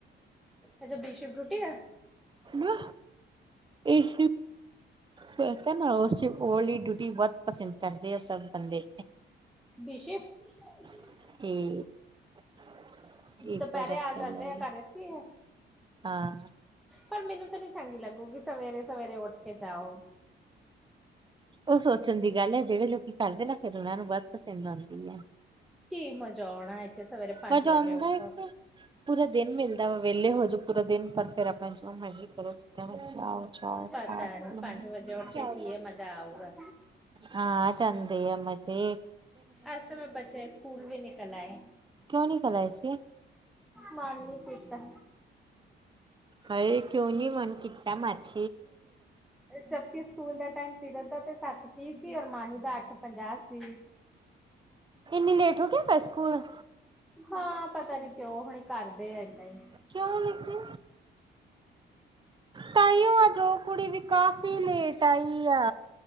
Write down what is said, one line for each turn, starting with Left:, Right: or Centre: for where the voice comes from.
Centre: ਅੱਛਾ ਬੀਸ਼ਪ ਰੂਟੀ ਆ
Right: ਨਾ ਇਹ ਬਤਾ ਨਾ ਅਸ ਹੋੌਲੀ ਡੂਟੀ ਬਹੁਤ ਪਸੰਦ ਕਰਦੇ ਆ ਸਭ ਬੰਦੇ
Centre: <unintelligible>
Right: <unintelligible>
Centre: ਦੁਪਹਿਰੇ
Right: ਐਪਲ
Centre: ਆ ਜਾਂਦੇ
Right: ਵਾਲੀ
Centre: ਆ ਘਰ ਇਸ ਲਈ
Right: ਹਾਂ
Centre: ਪਰ ਮੈਨੂੰ ਤਾਂ ਨੀ ਚੰਗੀ ਲੱਗੂਗੀ ਸਵੇਰੇ ਸਵੇਰੇ ਉੱਠ ਕੇ ਜਾਓ
Right: ਉਹ ਸੋਚਣ ਦੀ ਗੱਲ ਹੈ ਜਿਹੜੇ ਲੋਕ ਕਰਦੇ ਨਾ ਫਿਰ ਉਹਨਾ ਨੂੰ ਬਹੁਤ ਪਸੰਦ ਆਉਂਦੀ ਆ
Centre: ਕੀ ਮਜ਼ਾ ਆਉਣਾ ਇੱਥੇ ਸਵੇਰੇ ਪੰਜ
Right: ਮਜ਼ਾ
Centre: ਵਜੇ
Right: ਆਉਂਦਾ
Centre: ਉਠ
Right: ਹੈ
Centre: <unintelligible>
Right: ਕਿ ਪੂਰਾ ਦਿਨ ਮਿਲਦਾ ਵਾ ਵਿਹਲੇ ਹੋ ਜਾਓ ਪੂਰਾ ਦਿਨ ਪਰ ਫਿਰ ਆਪਣਾ ਜੋ ਮਰਜ਼ੀ ਕਰੋ ਜਿੱਦਾਂ ਮਰਜ਼ੀ ਆਓ ਜਾਓ
Centre: ਪਤਾ
Right: ਖਾਓ
Centre: ਨੀ
Right: ਪੀਓ
Centre: ਪੰਜ ਵਜੇ ਉੱਠ ਕੇ ਕੀ ਹੈ ਮਜ਼ਾ ਆਊਗਾ
Right: ਹਾਂ ਜਾਂਦੇ ਅਮ ਜੀ
Centre: ਅਜ ਤਾਂ ਮੈਂ ਬੱਚੇ ਸਕੂਲ ਵੀ ਨਿਕਲ ਆਏ
Right: ਕਿਉਂ ਨੀ ਕਰਾਏ ਸੀ
Centre: ਮਨ ਨਹੀ ਕੀਤਾ
Right: ਹਏ ਕਿਉ ਨ ਮਨ ਕਿਤਾ ਮਛ
Centre: ਜਪੀ ਸਕੂਲ ਦਾ ਟਾਈਮ ਸੀਰਤ ਦਾ ਤੇ ਸੱਤ ਤੀਹ ਸੀ ਔਰ ਮਾਹੀ ਦਾ ਅੱਠ ਪੰਜਾਹ ਸੀ।
Right: ਇੰਨੀ ਲੇਟ ਹੋ ਗਿਆ ਤਾ ਸਕੂਲ
Centre: ਹਾਂ ਪਤਾ ਨੀ ਕਿਉਂ ਹੁਣੀ ਕਰਦੇ ਆ ਏਦਾਂ ਹੀ।
Right: ਕਿਉਂ ਲਿਖਦੇ। ਤਾਈਓ ਅੱਜ ਕੁੜੀ ਵੀ ਕਾਫ਼ੀ ਲੇਟ ਆਈ ਆ।